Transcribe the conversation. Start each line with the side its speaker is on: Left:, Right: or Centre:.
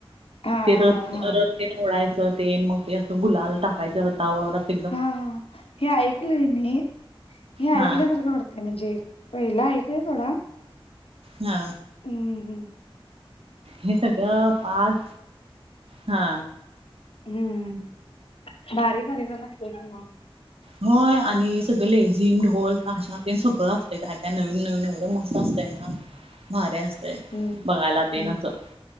Left: हा
Right: ते र
Left: हा हा हा
Right: रथ त्यन ओडायचं ते मग ते गुलाल टाकायचं रतावर अस
Left: हा हा हे ऐकलंय मी हे
Right: हा
Left: ऐकल्यासारख वाट ते म्हणजे पहिला ऐकलाय सोडा
Right: हा.
Left: हम्म हम्म.
Right: हे सगळं पाच हा.
Left: हम्म <inaudible> भारी कार्यक्रम असतोय त्याच्यामुळं
Right: होय आणि सगळं लेझीम, ढोल, ताशा ते सगळं असतंय. काय नवीन नवीन मस्त असतंय ना, भारी असतंय,
Left: हम्म
Right: बघायला
Left: हम्म
Right: <unintelligible>